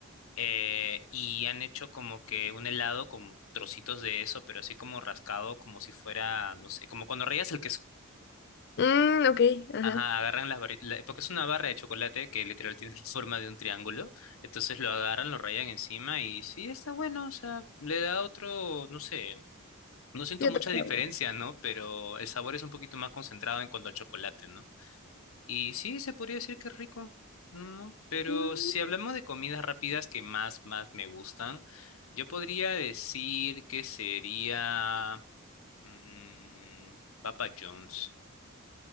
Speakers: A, on the left (about 70°); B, on the left (about 50°).
A: eh, y han hecho como que un helado con trocitos de eso, pero así como rascado, como si fuera, no sé, como cuando rayas el queso.
B: Mm, ok, ajá.
A: Ajá, agarran las barritas, porque es una barra de chocolate que literal tiene <laughs> forma de un triángulo, entonces lo agarran, lo rayan encima y sí, está bueno, o sea, le da otro, no sé, no siento
B: Sí,
A: mucha
B: otro
A: diferencia,
B: sabor.
A: ¿no? Pero el sabor es un poquito más concentrado en cuanto al chocolate, ¿no? Y sí, se podría decir que es rico, ¿no? Pero
B: Mm.
A: si hablamos de comidas rápidas que más, más me gustan, yo podría decir que sería mm, Papa John's.